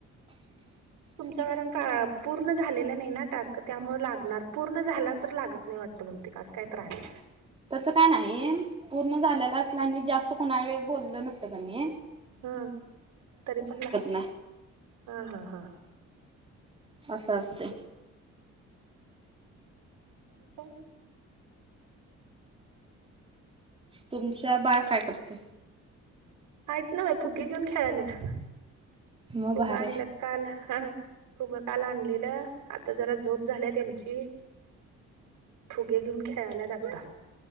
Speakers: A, on the right; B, on the right.
A: <inaudible>
B: तुमच कारण का, पूर्ण झालेलं नाही ना टास्क, त्यामुळे लागणार. पूर्ण झाला तर लागत नाही वाटत. बहुतेक असं कायतर हाय.
A: तसं काय नाही, पूर्ण झालेलं असलं आणि जास्त कुणा वेळ बोललं नसल कनै
B: हम, तरी पण ला,
A: नाही
B: हा हा हा.
A: असं असतय.
B: आणि काय?
A: तुमचा बाळ काय करतय.
B: आहेतना फुगे घेऊन खेळायलात,
A: मग
B: फुगे
A: भारी
B: आणल्यात
A: आहे
B: काल. फूगं काल आणलेलं, आता जरा झोप झाल्या त्यांची. फूगे घेऊन खेळायलायत आता.